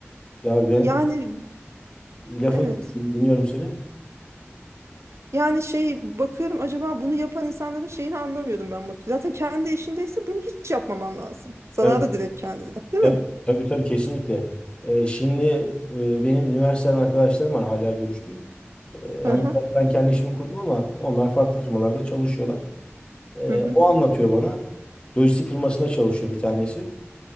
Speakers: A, on the left; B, on the right.
A: Ya ben
B: Yani
A: lafını
B: evet.
A: kestim, dinliyorum seni.
B: Yani şey bakıyorum acaba bunu yapan insanların şeyini anlamıyorum ben. Mutlu. Zaten kendi işindeyse bunu hiç yapmaman lazım. Zararı
A: Evet.
B: direkt kendine, değil
A: Tabii
B: mi?
A: tabii, tabii kesinlikle. Ee, şimdi e, benim üniversiteden arkadaşlarım var hala görüştüğüm. Ee, hani
B: Aha.
A: ben kendi işimi kurdum ama onlar farklı firmalarda çalışıyorlar. Ee,
B: Hı hı.
A: o anlatıyor bana. Lojistik firmasında çalışıyor bir tanesi.